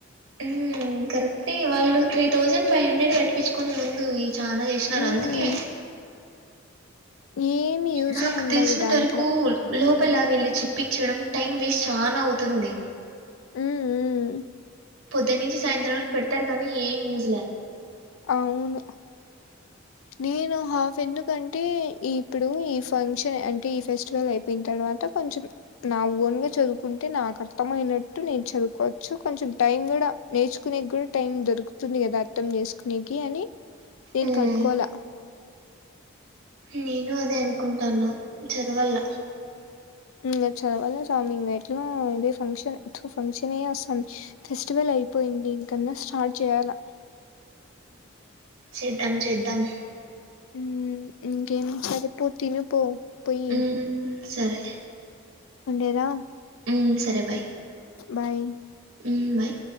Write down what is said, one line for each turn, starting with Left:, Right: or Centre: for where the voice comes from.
Right: హుమ్ కరెక్టే వాళ్ళు త్రీ థౌజండ్ ఫైవ్ హండ్రెడ్ కటిపించుకొని ముందు చానా చేసినారు
Left: ఉమ్
Right: అందుకే
Left: ఏమి యూజే
Right: నాక్
Left: ఉండదు
Right: తెలిసినంత
Left: దాంట్లో
Right: వరకు లో లోపల వీళ్ళు చెప్పించడం టైం వేస్ట్ చానా అవుతుంది
Left: ఊ ఊ
Right: పొద్దు నుంచి సాయంత్రం వరకు పెడతారు కానీ యూజ్ లా
Left: అవును నేను హాఫ్ ఎందుకంటే ఈ ఇప్పుడు ఈ ఫంక్షన్ అంటే ఈ ఫెస్టివల్ అయిపోయిన తర్వాత కొంచెం నా ఓన్ గా చదువుకుంటే నా అర్థమయినట్టు నేను చదువుకోవచ్చు కొంచం టైం కూడా నేర్చుకునే కూడా టైం దొరుకుతుంది కదా అర్థం చే కునేకి అని నేన్
Right: ఉమ్,
Left: కట్టుకోలే
Right: నేను అదే అనుకుంటాన్న చదవల్ల
Left: ఇంకా చదవల్ల స్వామి ఇంకా ఎట్లా అదే ఫంక్షన్ తూ ఫంక్షన్ ఏ వస్తాంది ఫెస్టివల్ అయిపోయింది ఇంకన్న స్టార్ట్ చేయాల్లా
Right: సేద్ధం చేద్ధం
Left: ఉ ఇంకేం సరే పో తిను పో పోయి
Right: ఊ సరే
Left: ఉండేదా
Right: ఉ సరే బాయ్
Left: బాయ్
Right: ఊ బాయ్